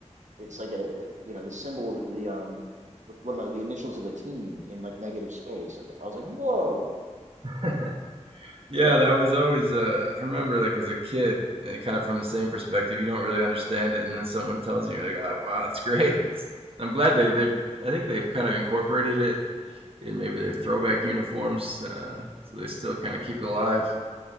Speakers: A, on the right; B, on the right.
A: it's like a, you know, the symbol of the um what what am I, the initials of the team in like negative space. Like I was like, "Whoa."
B: <laughs> Yeah,
A: So
B: that was always. Uh, I remember, like as a kid, uh, kind of from the same perspective. You don't really understand it, and then someone tells you, you're like, "Oh, wow, that's great." That's, I'm glad they they. I think they've kind of incorporated it in maybe their throwback uniforms, uh, so they still kind of keep it alive.